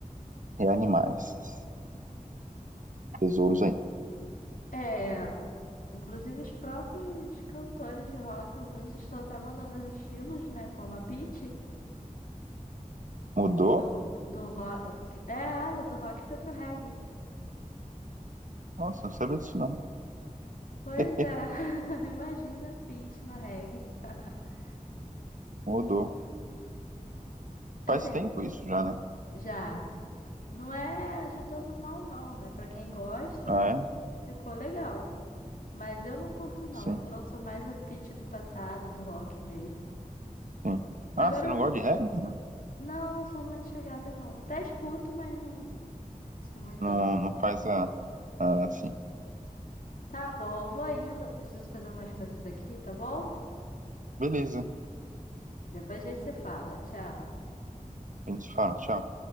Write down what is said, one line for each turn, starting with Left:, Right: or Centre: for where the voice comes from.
Right: reanimar esses tesouros aí.
Left: é. Inclusive os próprios cantores de rock, alguns estão até mudando os estilos, né? Como a Pitty,
Right: Mudou?
Left: que do, do rock. É, ela do rock foi pro reggae.
Right: Nossa, não sabia disso não.
Left: Pois
Right: <laughs> Eh,
Left: é, <laughs> imagina a Pitty no reggae. <laughs>
Right: Mudou.
Left: Assim,
Right: Faz tempo
Left: não-
Right: isso já, né?
Left: já. Não é de todo mal, não, né? Pra quem gosta,
Right: Ah, é?
Left: ficou legal. Mas eu não curto, não.
Right: Sim,
Left: Então eu sou mais a Pitty do passado, do rock mesmo.
Right: sim. Ah,
Left: Agora,
Right: você não
Left: eu-
Right: gosta de regras, né?
Left: não, não sou muito chegada, não. Até escuto, mas não sou muito,
Right: Não,
Left: não.
Right: não faz a, a assim.
Left: Tá bom, eu vou indo. Eu preciso fazer umas coisas aqui, tá bom?
Right: Beleza,
Left: Depois a gente se fala. Tchau.
Right: a gente fala, tchau.